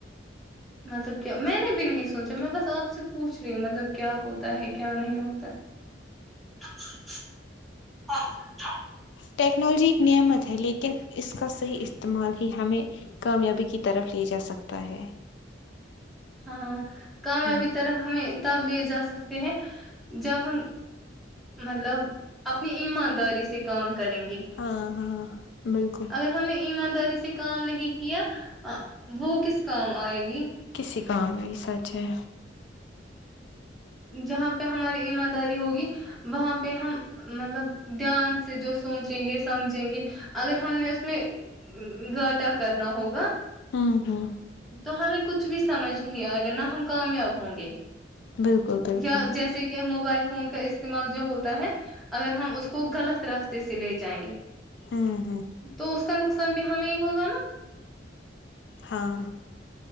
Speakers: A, in the centre; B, on the left.
A: مطلب کیا میں نے بھی نہیں سوچا میں بس آپ سے پوچھ رہی ہوں مطلب کیا ہوتا ہے کیا نہیں ہوتا ہاں
B: ٹیکنالوجی ایک نعمت ہے لیکن اس کا صحیح استعمال ہی ہمیں کامیابی کی طرف لے جا سکتا ہے
A: ہاں کامیابی
B: ہوں
A: طرف ہمیں تب لے جا سکتے ہیں جب ہم مطلب اپنی ایمانداری سے کام کریں گے
B: ہاں ہاں بالکل
A: اگر ہم نے ایمانداری سے کام نہیں کیا وہ کس کام آئے گی
B: کسی کام میں سچ ہے
A: جہاں پے ہماری ایمانداری ہوگی وہاں پے ہم مطلب دھیان سے جو سوچیں گے سمجھیں گے اگر ہم نے اس میں گھاٹا کرنا ہوگا
B: ہمم ہمم
A: تو ہمیں کچھ بھی سمجھ نہیں آئے گا نہ ہم کامیاب ہوں گے
B: بالکل بالکل
A: یا جیسے کہ موبائل فون کا استعمال جو ہوتا ہے اگر ہم اس کو غلط راستے سے لے جائیں گے
B: ہمم ہمم
A: تو اس کا نقصان بھی ہمیں ہی ہوگا نا
B: ہاں